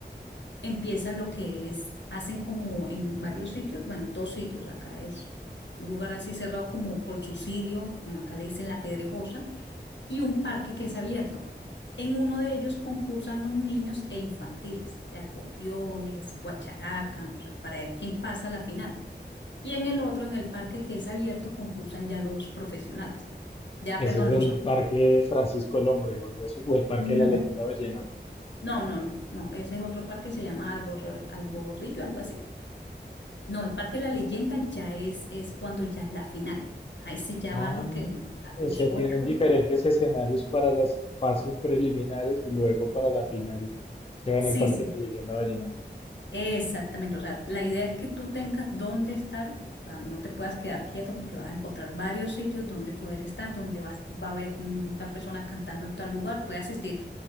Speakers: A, on the left; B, on the left.
A: empiezan lo que es, hacen como en varios sitios, bueno, dos sitios, acá es un lugar así cerrado como Colsucidio, bueno, acá le dicen La Pedregosa, y un parque que es abierto. En uno de ellos concursan los niños e infantiles, de acordeones, guacharaca, o sea, para ver quién pasa a la final. Y en el otro, en el parque que es abierto, concursan ya los profesionales. Ya,
B: Ese
A: perdón,
B: es el
A: los...
B: Parque Francisco el Hombre o algo así, o el Parque
A: No,
B: de la Leyenda Vallenata.
A: no, no, no, no. Ese es otro parque, se llama Albor, Alborrillo, algo así. No, el Parque de la Leyenda ya es, es cuando ya es la final. Ahí sí ya
B: Ah,
A: van los que a los
B: o sea,
A: ocho.
B: tienen
A: los-
B: diferentes escenarios para las fases preliminares y luego para la final se van
A: Sí,
B: al Parque
A: sí,
B: de la Leyenda Vallenata.
A: exactamente. O sea, la idea es que tú tengas dónde estar, o sea, no te puedas quedar quieto porque vas a encontrar varios sitios donde poder estar, donde vas, va a haber mm, tal persona cantando en tal lugar, puede asistir,